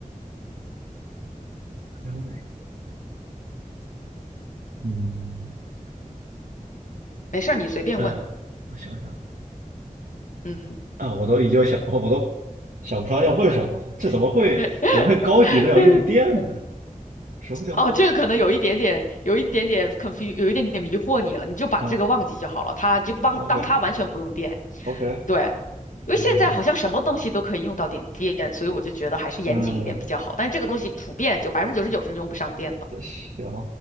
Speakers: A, on the right; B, on the left.
A: 然后呢？嗯，
B: 没事儿你随便问，
A: 呃，我想想
B: 嗯，
A: 啊，我都已经想，我都想不出来要问什么了。这怎么会怎么会高级的要用电呢？
B: <laughs>
A: 什么叫做
B: 哦，这个可能有一点点，有一点点 confu，s e 有一点点迷惑你了，你就把这个忘记就好了，
A: 嗯啊
B: 它就帮当它完全不用电，
A: ，OK OK，
B: 对。因为现在好像什么东西都可以用到点电，
A: 哦，
B: 所以我就觉得还是严谨一点比较好。
A: 嗯，
B: 但是这个东西普遍就百分之九十九是用不上电的。
A: 行，